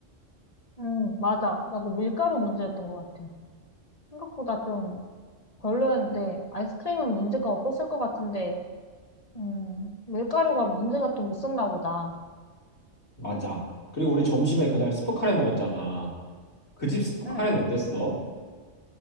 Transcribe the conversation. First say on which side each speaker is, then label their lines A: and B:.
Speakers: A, on the left; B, on the left.
A: 음, 맞아. 나도 밀가루 문제였던 것 같아. 생각보다 좀 별로였는데, 아이스크림은 문제가 없었을 것 같은데, 음, 밀가루가 문제가 좀 있었나 보다.
B: 맞아. 그리고 우리 점심에 그날 스프카레 먹었잖아. 그 집 스프카레는
A: 응.
B: 어땠어?